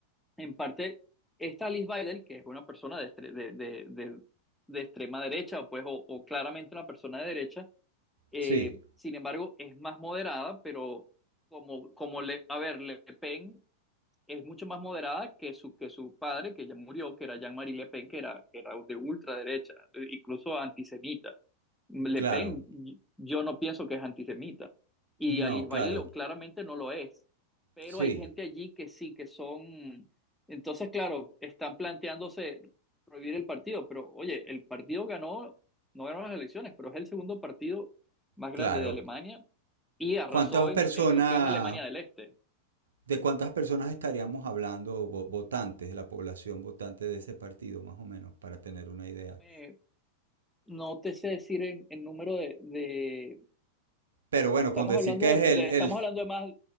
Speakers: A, in the centre; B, on the right.
A: en parte, esta Alice Weidel, que es una persona de, estre- de, de- de- de extrema derecha, pues, o, o claramente una persona de derecha, eh,
B: sí.
A: sin embargo, es más moderada, pero como, como le, a ver, Le Pen es mucho más moderada que su, que su padre, que ya murió, que era Jean-Marie Le Pen, que era, que era de ultraderecha, incluso antisemita. Le
B: Claro.
A: Pen, yo no pienso que es antisemita. Y
B: No,
A: Alice Valle
B: claro.
A: lo- claramente no lo es. Pero
B: Sí,
A: hay gente allí que sí, que son. Entonces, claro, están planteándose prohibir el partido. Pero, oye, el partido ganó, no ganó las elecciones, pero es el segundo partido más
B: claro.
A: grande de Alemania y arrasó
B: ¿Cuántas
A: en,
B: personas,
A: en lo que es Alemania del Este.
B: de cuántas personas estaríamos hablando, vo- votantes, de la población votante de ese partido, más o menos, para tener una idea?
A: No me- no te sé decir en, en número de, de,
B: Pero bueno,
A: estamos
B: con decir
A: hablando
B: que
A: de,
B: es el,
A: de-
B: el,
A: estamos hablando de más,